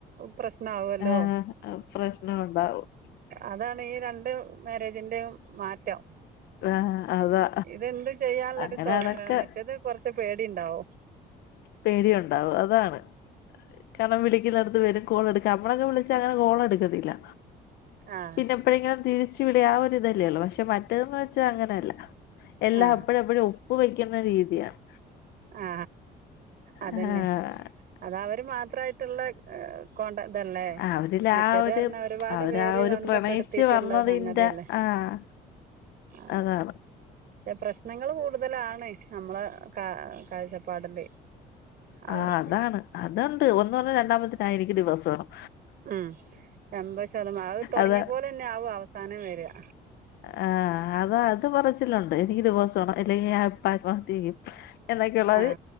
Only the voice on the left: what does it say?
ആഹ് പ്രശ്നം ഉണ്ടാവും
ആഹ് അതാ
അങ്ങനെ
അതൊക്കെ
പേടിയ ഉണ്ടാവും അതാണ് കനം ഇളടുത്ത് വരും കോൾ എടുക്കാം നമ്മളൊക്കെ വിളിച്ചല് അങ്ങനെ കോള എടുക്കത്തില്ല
പിന്നെ എപ്പയെ ങ്കിലും തിരിച്ചുവി ളി ആ ഒരു ഇതല്ലേള്ളൂ പക്ഷെ മറ്റേതന്ന് വെച്ചാ അങ്ങനെയല്ല എല്ലാം
എപ്പഴ എപ്പഴും ഉപ്പ് വെക്കുന്ന രീതിയാണ്
ആഹ്
ആഹ് അവരിൽ
ആ ഒരു
അവരാ
ഒരു
പ്രണയിച്ച് വന്നതിന്റെ
ആഹ്
അതാണ്
ആ അതാണ് അതണ്ട് ഒന്ന് പറഞ്ഞ രണ്ടാമത്തിനായി എനിക്ക് ഡിവേഴ്സ് വേണം
അതാ
ആ അതാ അത് പറച്ചില്ലുണ്ട് എനിക്ക് ഡിവോഴ്സ് അല്ലെങ്കിൽ ഞാൻ പ്പ ത്മഹത്യ ചെയ്യും എന്നൊക്കെയുള്ളത്